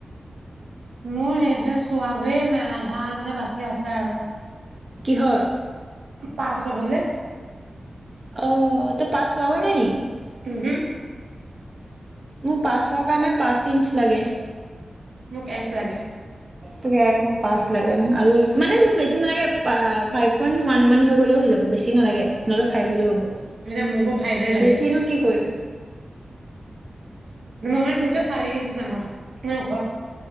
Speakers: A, on the right; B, on the right.
A: মোৰ সেটোৱে চোৱা গৈয়ে নাই আধা মানে বাকী আছে আৰু
B: কিহৰ
A: পাঁচ হবলে
B: অ তই পাঁচ লগা নাই নেকি
A: উমহু
B: মোক পাঁচৰ কাৰণে পাঁচ ইঞ্চ লাগে
A: মোক এক লাগে
B: তুক একমুখ পাছ লাগাম আৰু মানে মোৰ বেছি নালাগে ফাইভ পইণ্ট ওৱান মান হৈ গ'লেও হৈ যাব বেছি নালাগে নহ'লে ফাইভ
A: উম,
B: হলেও হ'ব
A: এতিয়া মোকো ফাইভে লাগে,
B: বেছিনো কি কৰিম
A: মই মানে তোৰতে চাৰি ইঞ্চ ডাঙৰ মে ওখ